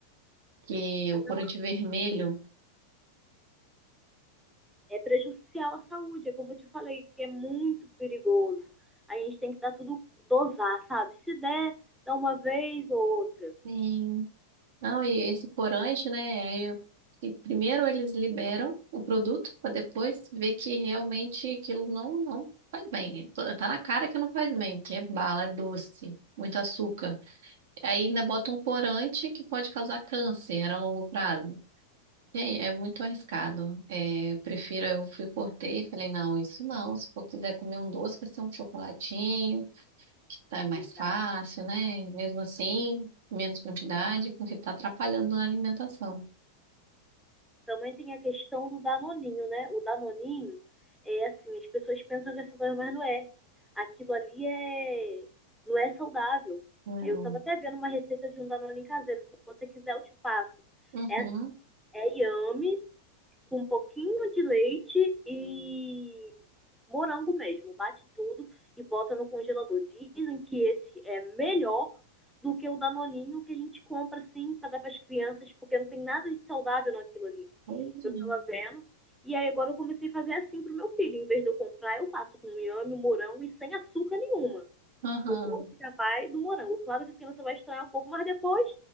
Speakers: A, on the right (about 65°); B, in the centre.
A: que
B: Tá?
A: o corante
B: Não,
A: vermelho
B: É prejudicial à saúde, é como eu te falei, é muito perigoso. A gente tem que dar tudo, dosar, sabe? Se der, dá uma vez ou outra.
A: Sim. Não, e esse corante, né? aí eu- que primeiro eles liberam o produto para depois ver que realmente aquilo não, não faz bem. Tô- Tá na cara que não faz bem, porque é bala, é doce, muito açúcar. Aí ainda bota um corante que pode causar câncer a longo prazo. Gente, é muito arriscado. É, eu prefiro, eu fui cortei e falei, não, isso não. Se for quiser comer um doce, vai ser um chocolatinho, que tá mais
B: Verdade.
A: fácil, né? Mesmo assim, menos quantidade, porque tá atrapalhando na alimentação.
B: também tem a questão do danoninho, né? O danoninho é assim, as pessoas pensam que é saudável, mas não é. Aquilo ali é não é saudável.
A: Não.
B: Eu estava até vendo uma receita de um danoninho caseiro, se você quiser eu te passo.
A: Uhum.
B: É assim, é yame com um pouquinho de leite e morango mesmo, bate tudo e bota no congelador. Dizem que esse é melhor do que o danoninho que a gente compra assim para dar para as crianças, porque não tem nada de saudável naquilo ali
A: Pois
B: eu
A: é.
B: tava vendo. E aí agora eu comecei a fazer assim pro meu filho. Em vez de eu comprar, eu faço com inhame, morango e sem açúcar nenhuma.
A: Uhum.
B: O doce já vai do morango. Claro que a criança vai estranhar um pouco, mas depois